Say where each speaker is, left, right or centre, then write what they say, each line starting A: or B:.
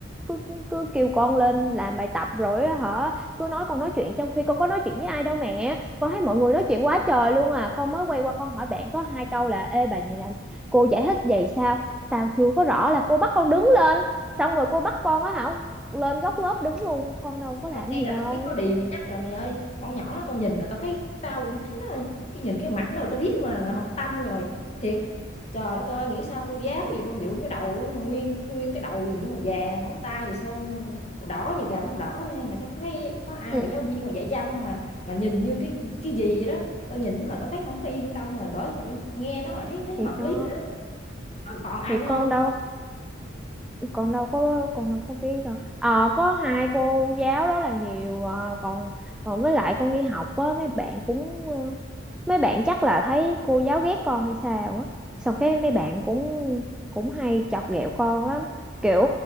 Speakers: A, in the centre; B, on the left.
A: cứ cứ, cứ kêu con lên làm bài tập rồi á hả cứ nói con nói chuyện trong khi con có nói chuyện với ai đâu mẹ con thấy mọi người nói chuyện quá trời luôn à con mới quay qua con hỏi bạn có hai câu là ê bài này làm cô giải thích vậy sao tao chưa có rõ là cô bắt con đứng lên xong rồi cô bắt con á hả lên góc lớp đứng luôn con đâu có làm
B: tao nghe
A: gì
B: là
A: đâu
B: tao biết nó đì mà chắc rồi mày ơi con nhỏ nó tao nhìn là tao thấy tao cũng thấy nó cái nhìn cái mặt nó là tao biết là, là không có tâm rồi thiệt trời đất ơi nghĩ sao cô giáo gì đâu mà nhuộm cái đầu á, mà nguyên nguyên cái đầu nhuộm màu vàng móng tay thì sơn màu đỏ như gà móng đỏ mày có có thấy có ai
A: ừ
B: mà giáo viên mà dạy văn mà mà nhìn như cái cái gì vậy đó tao nhìn là tao thấy không có yên tâm rồi bởi vậy nghe nó là thấy thấy
A: thì
B: hợp
A: đó
B: lý rồi đó Rồi còn ai
A: thì
B: nữa
A: con
B: không
A: đâu con đâu có con đâu có biết đâu ờ có hai cô giáo đó là nhiều à, còn còn với lại con đi học á mấy bạn cũng ờ, mấy bạn chắc là thấy cô giáo ghét con hay sao á xong cái mấy bạn cũng cũng hay chọc ghẹo con lắm kiểu